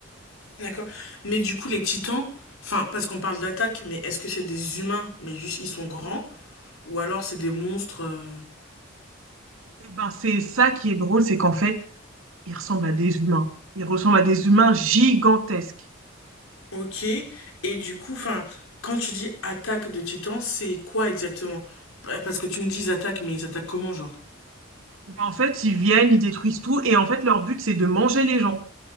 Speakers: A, on the left; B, on the right.
A: D'accord. Mais du coup, les titans, enfin, parce qu'on parle d'attaque, mais est-ce que c'est des humains, mais juste ils sont grands, ou alors c'est des monstres euh,
B: Eh ben, c'est ça qui est drôle, c'est qu'en fait, ils ressemblent à des humains. Ils ressemblent à des humains gigantesques.
A: Ok. Et du coup, enfin, quand tu dis attaque de titans, c'est quoi exactement Pa- Parce que tu me dis ils attaquent, mais ils attaquent comment, genre
B: Eh Ben, En fait, ils viennent, ils détruisent tout, et en fait, leur but, c'est de manger les gens.